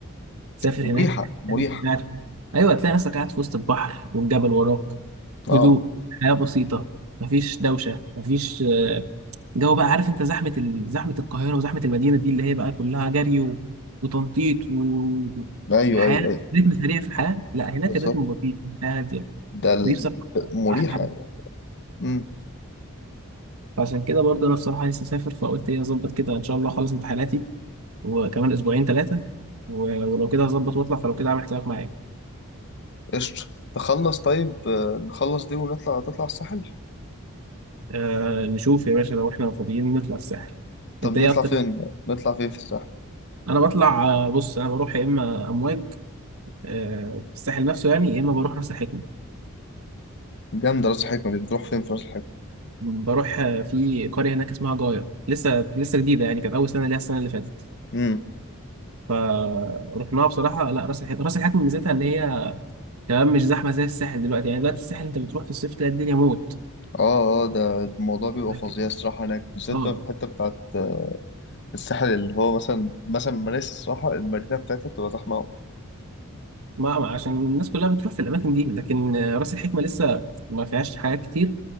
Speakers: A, on the right; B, on the left.
A: تسافر
B: مريحة
A: هناك
B: مريحة
A: تلاقي نفسك قاعد في- ايوه تلاقي نفسك قاعد في وسط البحر والجبل وراك
B: اه
A: هدوء حياة بسيطة مفيش دوشة مفيش آه، جو بقى عارف انت زحمة ال... زحمة القاهرة وزحمة المدينة دي اللي هي بقى كلها جري و... وتنطيط و...
B: ايوه
A: والحياة
B: ايوه ايوه
A: رتم سريع في الحياة لا هناك
B: بالظبط
A: الرتم بطيء الحياة هادية
B: ده ال...
A: ودي بصراحة
B: مريحة
A: أحلى حاجة
B: امم
A: فعشان كده برضه أنا بصراحة لسه مسافر فقلت إيه أظبط كده إن شاء الله أخلص امتحاناتي وكمان أسبوعين ثلاثة و... ولو كده هظبط وأطلع فلو كده عامل حسابك معايا
B: قشطة تخلص طيب آه، نخلص دي ونطلع تطلع الساحل
A: أه نشوف يا باشا لو إحنا فاضيين نطلع الساحل
B: طب
A: أنت
B: نطلع
A: إيه أكتر
B: فين نطلع فين في الساحل
A: انا بطلع آه، بص انا بروح يا اما امواج آه، في الساحل نفسه يعني يا اما بروح راس الحكمه
B: جامدة راس الحكمة دي بتروح فين في راس الحكمة
A: بروح آه، في قريه هناك اسمها جايه لسه لسه جديده يعني كانت اول سنه ليها السنه اللي فاتت
B: امم
A: فرحناها بصراحه لا راس الحكمه راس الحكمه ميزتها ان هي كمان مش زحمه زي الساحل دلوقتي يعني دلوقتي الساحل انت بتروح في الصيف تلاقي الدنيا موت
B: اه اه ده الموضوع بيبقى
A: لكن-
B: فظيع الصراحة هناك بالذات
A: اه
B: بقى في الحتة بتاعت آه، الساحل اللي هو مثلا مثلا مراسي الصراحة المدينة بتاعتها بتبقى زحمة
A: ما ما- عشان الناس كلها بتروح في الاماكن دي لكن آه، راس الحكمه لسه ما فيهاش حاجات كتير